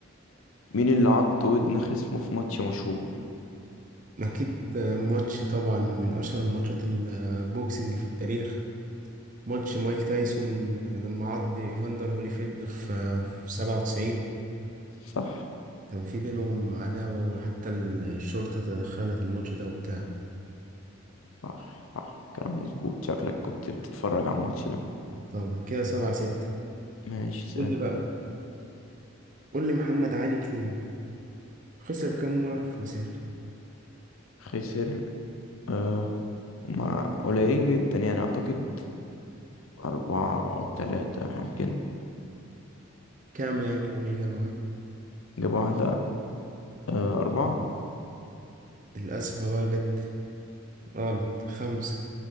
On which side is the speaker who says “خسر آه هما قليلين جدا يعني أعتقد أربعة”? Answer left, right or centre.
Left